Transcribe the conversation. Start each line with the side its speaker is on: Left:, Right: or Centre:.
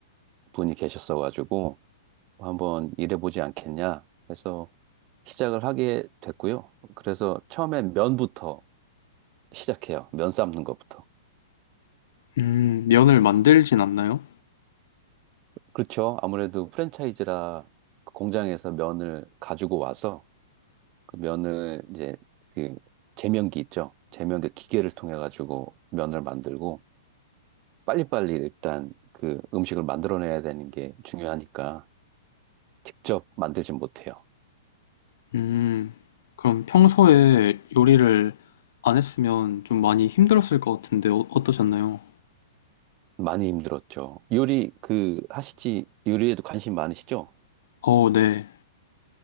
Right: 분이 계셨어가지고 한번 일해보지 않겠냐 해서 시작을 하게 됐고요. 그래서 처음엔 면부터 시작해요. 면 삶는 것부터.
Left: 음, 면을 만들진 않나요?
Right: 그렇죠. 아무래도 프랜차이즈라 그 공장에서 면을 가지고 와서 그 면을 이제 그 제면기 있죠. 제면기 기계를 통해 가지고 면을 만들고 빨리빨리 일단 그 음식을 만들어내야 되는 게 중요하니까 직접 만들진 못해요.
Left: 음, 그럼 평소에 요리를 안 했으면 좀 많이 힘들었을 것 같은데 어, 어떠셨나요?
Right: 많이 힘들었죠. 요리 그 하시지 요리에도 관심 많으시죠?
Left: 어, 네.